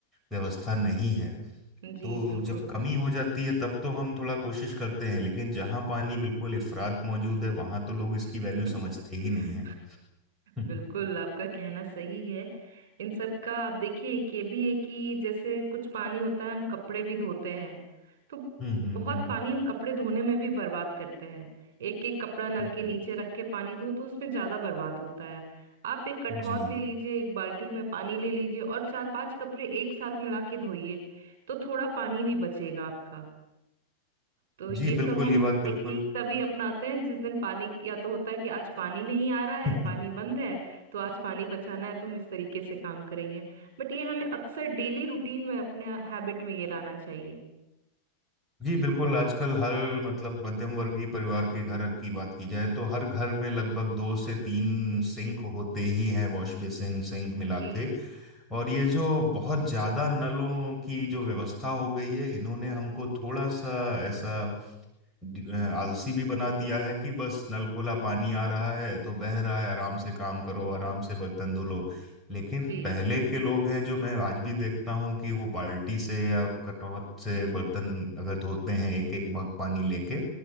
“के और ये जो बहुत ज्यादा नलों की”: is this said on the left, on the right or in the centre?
Centre